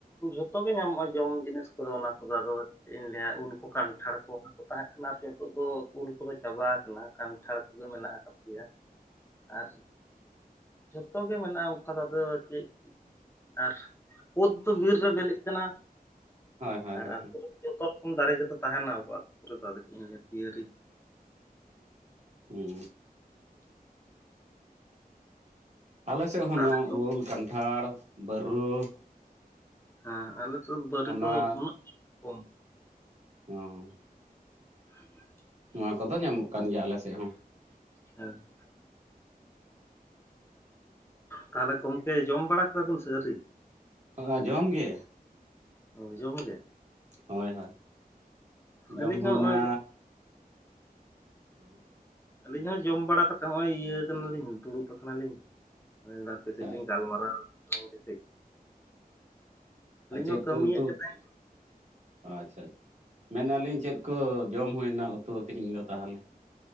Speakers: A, on the left (about 15°); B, on the right (about 45°).
A: ᱡᱷᱚᱛᱚ ᱜᱮ ᱧᱟᱢᱚᱜᱼᱟ, ᱡᱚᱢ ᱡᱤᱱᱤᱥ ᱠᱚᱫᱚ ᱚᱱᱟ ᱠᱚᱫᱚ ᱟᱫᱚ᱾ ᱪᱮᱫ ᱤᱧ ᱞᱟ. ᱭᱟ ᱩᱞ ᱠᱚ ᱠᱟᱱᱴᱷᱟᱲ ᱠᱚ ᱚᱱᱟ ᱠᱚ ᱛᱟᱦᱮᱸ ᱠᱟᱱᱟ ᱟᱨᱠᱤ ᱱᱤᱛᱚᱜ ᱫᱚ ᱩᱞ ᱠᱚᱫᱚ ᱪᱟᱵᱟ ᱟᱠᱟᱱᱟ ᱠᱟᱱᱴᱷᱟᱲ ᱯᱩᱨᱟᱹ ᱢᱮᱱᱟᱜ ᱟᱠᱟᱫ ᱜᱮᱭᱟ᱾ ᱟᱨ ᱡᱷᱚᱛᱚ ᱜᱮ ᱢᱮᱱᱟᱜᱼᱟ, ᱚᱱᱠᱟ ᱟᱫᱚ ᱪᱮᱫ ᱟᱨ ᱠᱩᱫ ᱫᱚ ᱵᱤᱨ ᱨᱮ ᱵᱤᱞᱤᱜ ᱠᱟᱱᱟ
B: ᱦᱳᱭ ᱦᱳᱭ
A: ᱟᱨ
B: ᱦᱳᱭ
A: ᱟᱛ
B: ᱦᱳᱭ
A: ᱡᱚᱛᱚ ᱨᱚᱠᱚᱢ ᱫᱟᱨᱮ ᱜᱮᱛᱚ ᱛᱟᱦᱮᱱᱟ ᱟᱵᱚ ᱟᱹᱛᱩ ᱠᱚᱨᱮᱫᱚ ᱟᱫᱚ ᱪᱮᱫ ᱤᱧ ᱞᱟᱹᱭᱟ ᱯᱤᱭᱟᱹᱨᱤ
B: ᱦᱩᱸ ᱟᱞᱮᱥᱮᱫ ᱦᱚᱸ
A: ᱛᱟᱦᱚᱞᱮ
B: ᱱᱚᱣᱟ
A: ᱡᱚᱢ
B: ᱩᱞ, ᱠᱟᱱᱴᱷᱟᱲ, ᱵᱟᱹᱨᱩ
A: ᱦᱮᱸ ᱟᱞᱮᱥᱮᱫ ᱵᱟᱨᱤᱛ
B: ᱚᱱᱟ
A: ᱫᱚ ᱩᱱᱟᱹᱜ ᱠᱚᱢ
B: ᱦᱚᱸ
A: <inaudible>
B: ᱱᱚᱣᱟ ᱠᱚᱫᱚ ᱧᱟᱢᱚᱜ ᱠᱟᱱ ᱜᱮᱭᱟ ᱟᱞᱮᱥᱮᱫ ᱦᱚᱸ᱾
A: ᱦᱮᱸ ᱛᱟᱦᱚᱞᱮ ᱜᱚᱝᱠᱮ ᱡᱚᱢ ᱵᱟᱲᱟ ᱠᱟᱫᱟ ᱵᱤᱱ ᱥᱮ ᱟᱹᱣᱨᱤ?
B: ᱚ ᱡᱚᱢ ᱜᱮ!
A: ᱚ ᱡᱚᱢ ᱜᱮ
B: ᱦᱳᱭ ᱦᱳᱭ ᱡᱚᱢ
A: ᱟᱹᱞᱤᱧ
B: ᱦᱩᱭᱱᱟ
A: ᱦᱚᱸ ᱱᱚᱜᱼᱚᱭ
B: ᱦᱩᱸ
A: ᱟᱹᱞᱤᱧ ᱦᱚᱸ ᱡᱚᱢ ᱵᱟᱲᱟ ᱠᱟᱛᱮᱜ ᱦᱚᱸᱜᱼᱚᱭ ᱤᱭᱟᱹ ᱠᱟᱱᱟᱞᱤᱧ ᱫᱩᱲᱩᱵ ᱟᱠᱟᱱᱟᱞᱤᱧ᱾ ᱦᱟᱯᱮ
B: ᱟᱪᱪᱷᱟ
A: ᱥᱮᱫ ᱞᱤᱧ ᱜᱟᱞ ᱢᱟᱨᱟᱣ ᱠᱮᱱ ᱜᱮ ᱠᱟᱪ
B: ᱟᱨ ᱪᱮᱫ
A: ᱦᱚᱸ ᱠᱟᱹᱢᱤᱭᱮᱫ
B: ᱠᱚ ᱩᱛᱩ
A: ᱜᱮ ᱛᱟᱦᱮᱸᱫ
B: ᱟᱪᱷᱟ ᱢᱮᱱᱟᱞᱤᱧ ᱪᱮᱫ ᱠᱚ ᱡᱚᱢ ᱦᱩᱭᱮᱱᱟ ᱩᱛᱩ ᱛᱮᱦᱮᱧ ᱫᱚ ᱛᱟᱦᱟᱞᱮ